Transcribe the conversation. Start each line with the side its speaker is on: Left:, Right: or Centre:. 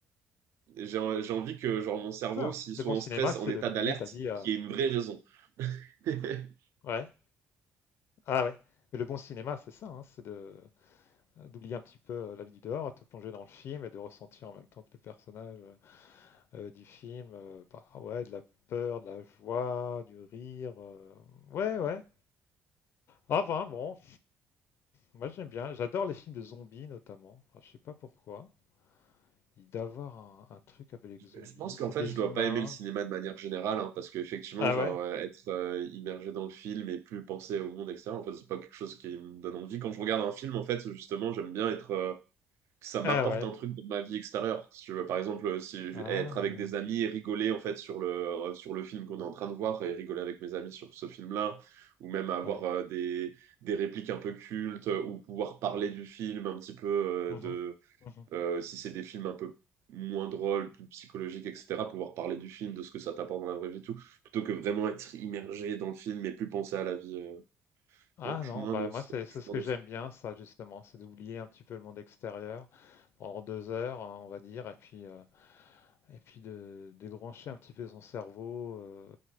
Right: j'ai j'ai envie que genre mon cerveau,
Left: ça.
Right: s'il soit
Left: Le bon
Right: en
Left: cinéma,
Right: stress,
Left: c'est
Right: en état
Left: de d'oublier
Right: d'alerte,
Left: ta vie. euh,
Right: qu'il y ait une vraie raison. <laughs>
Left: Ouais, ah ouais. Mais le bon cinéma, c'est ça, hein, c'est de euh, d'oublier un petit peu euh, la vie du dehors, te plonger dans le film et de ressentir en même temps que les personnages euh, euh, du film, euh, bah ouais, de la peur, de la joie, du rire. euh, Ouais, ouais, Ah ben bon, moi j'aime bien, j'adore les films de zombies notamment. Enfin, je sais pas pourquoi. Il doit avoir un, un truc avec les zombies,
Right: Je pense qu'en
Left: c'est
Right: fait,
Left: des
Right: je dois
Left: humains.
Right: pas aimer le cinéma de manière générale, hein, parce qu'effectivement,
Left: Ah
Right: genre,
Left: ouais?
Right: euh, être euh, immergé dans le film et plus penser au monde extérieur, en fait, c'est pas quelque chose qui me donne envie. Quand je regarde un film, en fait, justement, j'aime bien être, euh, que ça m'apporte
Left: Ah ouais.
Right: un truc de ma vie extérieure. Si tu veux, par exemple, euh, si je-
Left: Ah
Right: être avec
Left: ouais.
Right: des amis et rigoler, en fait, sur le, euh, sur le film qu'on est en train de voir et rigoler avec mes amis sur ce film-là, ou même avoir
Left: Ouais.
Right: euh, des, des répliques un peu cultes, euh, ou pouvoir parler du film un petit peu,
Left: Mhm.
Right: euh,
Left: Mhm.
Right: euh, si c'est des films un peu moins drôles, plus psychologiques, etc., pouvoir parler du film, de ce que ça t'apporte dans la vraie vie, et tout, plutôt que vraiment être immergé dans le film et plus penser à la vie. euh.
Left: Ah
Right: Non, je
Left: non,
Right: suis moins
Left: bah
Right: dans
Left: moi
Right: ce-
Left: c'est c'est
Right: je suis
Left: ce
Right: moins
Left: que
Right: dans
Left: j'aime
Right: ça.
Left: bien ça justement, c'est d'oublier un petit peu le monde extérieur pendant deux heures, hein, on va dire, et puis euh, et puis de débrancher un petit peu son cerveau euh,